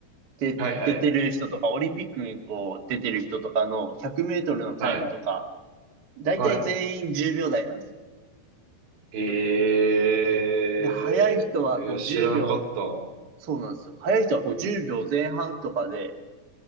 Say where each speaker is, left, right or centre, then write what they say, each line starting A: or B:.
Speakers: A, on the right; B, on the right.
A: で、
B: はいはい。
A: 出てる人とか、オリンピックにこう出てる人とかの100メートルのタイムとか、
B: はい。
A: だいたい全員10秒台なんですよ。
B: はい。へえ。
A: で、速い人はこう10秒、
B: えー知らんかった。
A: そうなんですよ。速い人はこう10秒前半とかで